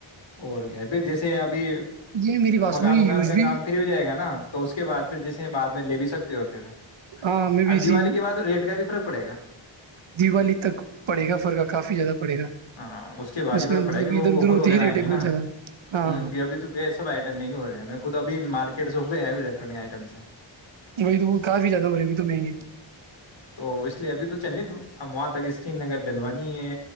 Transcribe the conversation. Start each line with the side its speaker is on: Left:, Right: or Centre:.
Left: اور گیا پ جیسے ابھی
Right: یہ میری بات
Left: مگر
Right: سنو یہ
Left: اگان
Right: یوز
Left: کا
Right: بھی
Left: کام فری ہو جائے گا نا تو اس کے بع پھر جیسے بعد میں لے بھی سکتے ہو پھر اور
Right: ہاں میں بھی اسی
Left: دیوالی کے بعد ریٹ کا بھی خرق پڑے گا
Right: دیوالی تک پڑے گا فرق کافی زیادہ پڑے گا
Left: ہاں اس کے بعد ہی
Right: میں
Left: فرق
Right: مطلب
Left: پڑےا کی وہ
Right: ادھر ادھر
Left: آفر
Right: ہوتی
Left: وغیرہ
Right: ہی ریٹ
Left: آئ
Right: ہے
Left: گے
Right: بہت
Left: نا
Right: زیادہ ہاں
Left: ہ ابھی تو سب آئٹم مہنگے ہو رہے ہیں میں خود ابھی مارکٹ س ہو ہے ایکٹرک آئٹمس سے
Right: وہی تو وہ کافی زیادہ ہو رہے ابھی تو مہنگے
Left: تو اس لیے ابھی تو چلنے تو ہمب وہاں تک اسکرین اگر ڈلوانی ہے